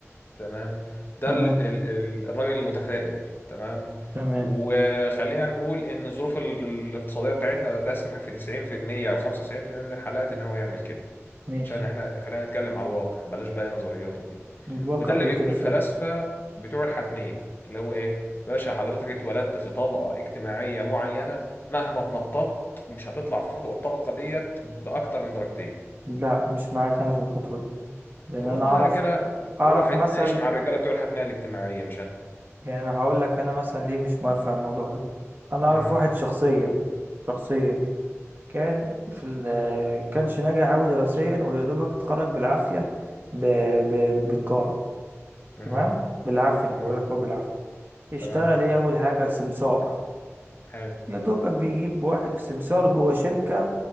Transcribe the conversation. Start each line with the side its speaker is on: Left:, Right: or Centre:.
Left: تمام ده
Right: تمام
Left: ال- ال- ال- الراجل المتفائل تمام
Right: تمام
Left: وخلينا نقول ان الظروف ال- الاقتصاديه بتاعتنا لا تسمح في 90% او 95% من الحالات ان هو يعمل كده
Right: ماشي
Left: عشان احنا خلينا نتكلم على الواقع بلاش بقى نظريات وكده
Right: الواقع
Left: وده اللي
Right: بيقول
Left: بيقوله
Right: كده فعلا
Left: الفلاسفة بتوع الحتمية اللي هو ايه باشا حضرتك اتولدت في طبقة اجتماعية معينة مهما اتنططت مش هتطلع فوق الطبقة ديت بأكتر من درجتين
Right: لا مش معاك انا في الخطوة دي لان
Left: طب والله
Right: انا اعرف
Left: يا رجالة
Right: اعرف
Left: روح اتناقش
Right: مثل
Left: مع الرجالة بتوع الحتمية الاجتماعية مش انا
Right: يعني انا هقول لك انا مثلا ليه مش موافق على الموضوع ده انا اعرف
Left: امم
Right: واحد شخصيا شخصيا يعني كان في ال كانش ناجح قوي دراسيا ويا دوبك اتخرج بالعافية ب... ب... بتجارة
Left: امم
Right: تمام بالعافية انا
Left: تمام
Right: بقول لك هو بالعافية بيشتغل
Left: تمام
Right: ايه اول حاجة سمسار
Left: حلو
Right: يا دوبك بيجيب واحد سمسار جوه شركة